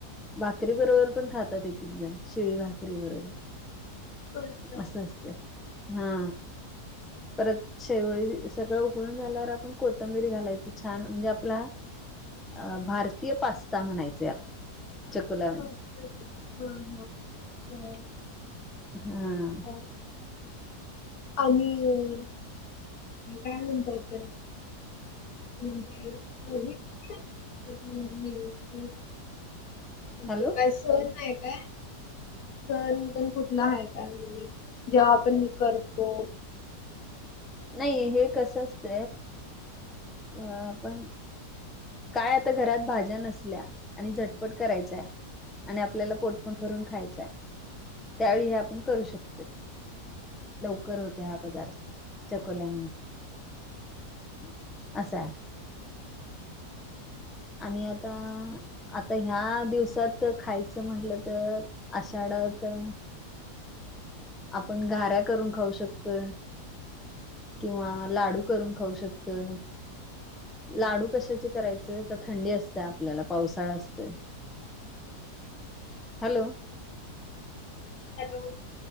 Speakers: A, in the centre; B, on the left.
A: भाकरी बरोबर पण खातात एक-एक जण शिळी भाकरी बरोबर
B: अच्छा
A: असं असते हा परत <inaudible> सगळं उकळून झाल्यावर आपण कोथंबीरी घालायची. छान म्हणजे आपला अं भारतीय पास्ता म्हणायच या चकुला
B: अच्छा. हा हा. तर,
A: <inaudible> हं
B: अ आणि काय म्हणतो आपण म्हणजे <unintelligible> अस
A: हॅलो
B: काय? सहण आहे काय? सण पण कुठला आहे? काय? म्हणजे जेव्हा आपण हे करतो.
A: नाही हे कस असत आपण काय आता घरात भाज्या नसल्या आणि झटपट करायचा आणि आपल्याला पोटपण भरून खायचा. त्यावेळी हे आपण करू शकतो. लवकर होत हा पदार्थ. चकोल्या <unintelligible> असाय. आणि आता आता ह्या दिवसात खायचं म्हटलं तर आषाढ येतोय. आपण घाऱ्या करून खाऊ शकतोय. किंवा लाडू करून खाऊ शकतोय. लाडू कशाचे करायचे तर थंडी असते. आपल्याला पावसाळा असतो. हॅलो
B: हॅलो